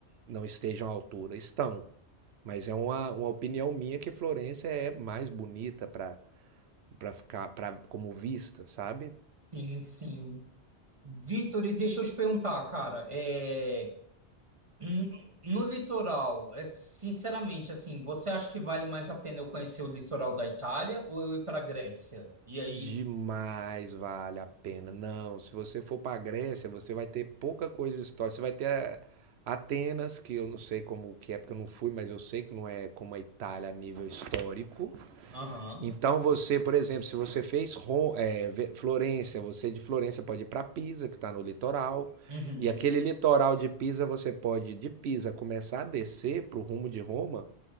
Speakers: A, on the right; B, on the right.
A: não estejam à altura, estão. Mas é uma, uma opinião minha que Florença é mais bonita para para ficar pra, como vista, sabe?
B: Sim, sim. Vitor, e deixa eu te perguntar, cara, é Hum, No litoral, é, sinceramente, assim, você acha que vale mais a pena eu conhecer o litoral da Itália ou eu ir para Grécia? E aí,
A: Demais vale a pena. Não, se você for para a Grécia, você vai ter pouca coisa histórica. Você vai ter eh, Atenas, que eu não sei como que é, porque eu não fui, mas eu sei que não é como a Itália a nível histórico.
B: aham,
A: Então você, por exemplo, se você fez Ro- eh, Ve- Florença, você de Florença pode ir para Pisa, que está no litoral.
B: uhum.
A: E aquele litoral de Pisa, você pode de Pisa começar a descer para o rumo de Roma